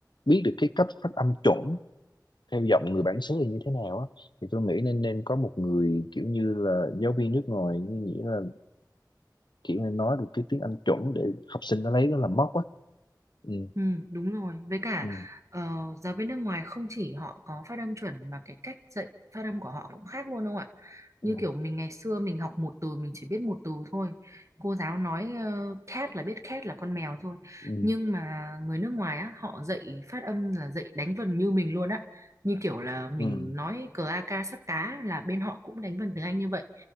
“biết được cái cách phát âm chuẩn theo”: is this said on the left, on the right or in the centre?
Left